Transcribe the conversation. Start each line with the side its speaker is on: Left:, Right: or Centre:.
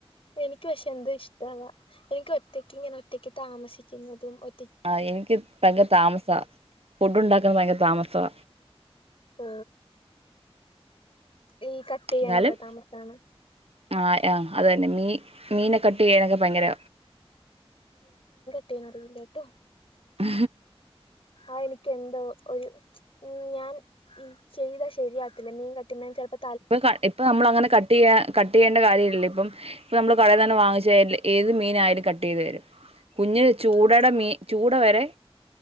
Left: എനിക്ക് പക്ഷെ എന്ത ഇഷ്ടവാ, എനിക്ക് ഒറ്റക്ക് ഇങ്ങനെ ഒറ്റക്ക്, താമസിക്കുന്നതും ഒ
Right: ആ എനിക്ക് ഭയങ്കര താമസാ, ഫുഡ് ഉണ്ടാക്കൻ ഭയങ്കര താമസാ
Left: ആ ഈ കട്ട് ചെയ്യാനൊക്കെ
Right: എന്നാലും
Left: താമസമാണോ
Right: ആ ആ അത് തന്നെ മീ മീന കട്ട് ചെയ്യാനൊക്കെ ഭയങ്കര
Left: വെടിനറി ഇല്ലാട്ടോ
Right: യ
Left: ആ എനിക്ക് എന്തോ ഒരു ഉ ഞാൻ ഈ ചെയ്ത ശരിയാടവത്തില്ല മീൻ കട്ടിൻ ലപ്പോ
Right: ഇപ്പൊ ഇപ്പ നമ്മൾ അങ്ങനെ കട്ട് ചെയ്യ കട്ട് ചെയ്യേണ്ട കാര്യ ഇല്ല ഇപ്പം ഇപ്പ നമ്മള് കടയിൽ തന്നെ വാങ്ങിച്ചല് ഏത് മീനായയാലും കട്ട് ചെയ്ത് വരും കുഞ്ഞ് ചൂടെടെ
Left: ഉം
Right: മീ ചൂട വരെ